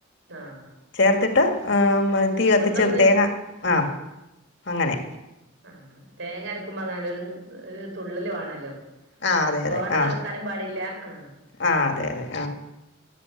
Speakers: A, on the right; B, on the left.
A: ആഹ്
B: ചേർത്തിട്ട് തീ കത്തിച്ച്
A: ഒന്നൊന്ന്
B: തേങ്ങ ആഹ അങ്ങനെ
A: ആഹ തേങ്ങ അരക്കുമ്പോ അങ്ങന ഒരു തുള്ളല് വേണല്ലോ
B: ആ അതെ
A: തോന
B: അതെ ആ
A: തളക്കാനും പാടില്ല ആ
B: ആ അതെ അതെ